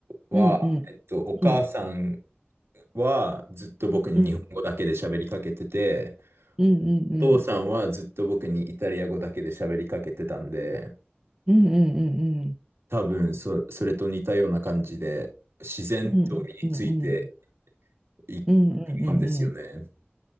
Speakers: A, on the right; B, on the right.
A: は、
B: うんうん
A: えっと、お母さん
B: うん
A: はずっと僕に日本語だけで喋りかけてて、
B: うんうん
A: お父さんはずっと僕にイタリア語だけで喋りかけてたんで、
B: うんうんうんうん
A: 多分そ、それと似たような感じで、自然と身について
B: うんうんうんう
A: いく
B: んうん。
A: もんですよね。